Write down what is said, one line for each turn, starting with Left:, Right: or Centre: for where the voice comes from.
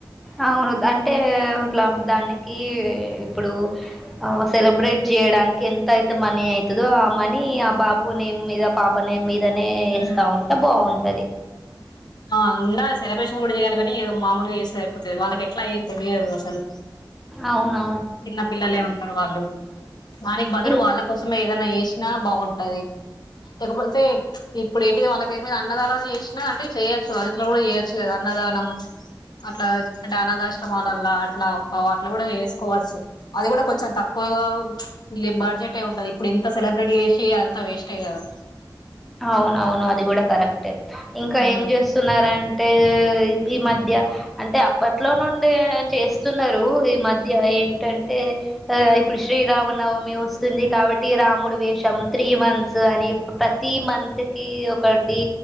Centre: అవును అంటే ఇట్లా దానికి ఇప్పుడు సెలబ్రేట్ చేయడానికి ఎంత అయితే మనీ అయి ఇదో ఆ మనీ ఆ బాబు నేమ్ మీద పాప నేమ్ మీదనే వేస్తా
Left: ఉమ్
Centre: ఉంటే బావుంటది
Left: ఆ ఉండాలి సెలబ్రేషన్ కూడా చేయాలి కాని ఏదో మామూలుగా చేస్తే అయిపోతది వాళ్ళకి ఎట్లా ఏమీ తెలియదు అసలు
Centre: అవునా
Left: చిన్న పిల్లలే ఉంటారు వాళ్ళు దానికి బదులు
Centre: ఇం
Left: వాళ్ళ కోసమే ఏదన్నా ఏసినా బాగుంటది లేకపోతే ఇప్పుడు ఏంటిది వాళ్ళ పేరు మీద అన్నదానాలు చేసిన చేయచ్చు అదుట్లో కూడా చేయొచ్చు గద అన్నదానం అట్లా అంటే అనాథాశ్రమాలల్లా అట్లా అట్లా కూడా వేసుకోవచ్చు అది కూడా కొంచెం తక్కువ ఓ బడ్జెట్ఏ ఉంటది ఇప్పుడు ఇంత సెలబ్రేట్ చేసి అంత వేస్టే కదా
Centre: అవునవును అది కూడా కరెక్టే ఇంకా
Left: మ్మ్
Centre: ఏం చేస్తున్నారంటే ఈ మధ్య అంటే అప్పట్లో నుండి చేస్తున్నారు ఈ మధ్య ఏంటి అంటే ఆ ఇప్పుడు శ్రీరామనవమి వస్తుంది కాబట్టి రాముడు వేషం త్రీ మం వస్తదని ప్రతి మంత్ కి ఒకటి